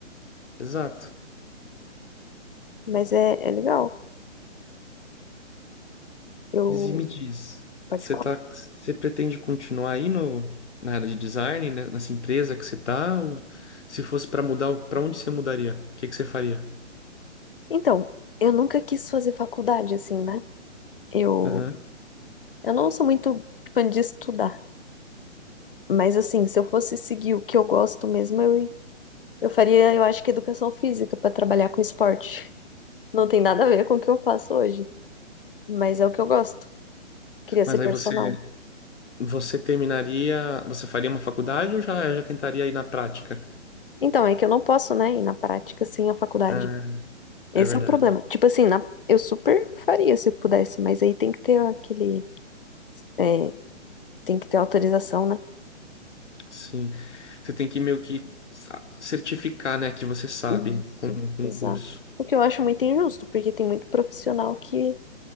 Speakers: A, on the left; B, on the left.
A: Exato.
B: Mas é, é legal. Eu.
A: Mas e me diz,
B: Pode
A: você
B: falar.
A: tá, você pretende continuar aí no, na área de design, né? Nessa empresa que você tá? Ou se fosse para mudar, para onde você mudaria? O que que você faria?
B: Então, eu nunca quis fazer faculdade, assim, né? Eu,
A: Aham.
B: eu não sou muito fã de estudar. Mas, assim, se eu fosse seguir o que eu gosto mesmo, eu, eu faria, eu acho que educação física para trabalhar com esporte. Não tem nada a ver com o que eu faço hoje, mas é o que eu gosto. Queria
A: Mas
B: ser personal.
A: aí você Você terminaria, você faria uma faculdade ou já, já tentaria ir na prática?
B: Então, é que eu não posso, né, ir na prática sem a faculdade.
A: Ah,
B: Esse
A: é verdade.
B: é o problema. Tipo assim, na- eu super faria se eu pudesse, mas aí tem que ter aquele. é, tem que ter autorização, né?
A: Sim. Você tem que meio que sa- certificar, né, que você sabe
B: Isso,
A: com com
B: exato.
A: um curso.
B: O que eu acho muito injusto, porque tem muito profissional que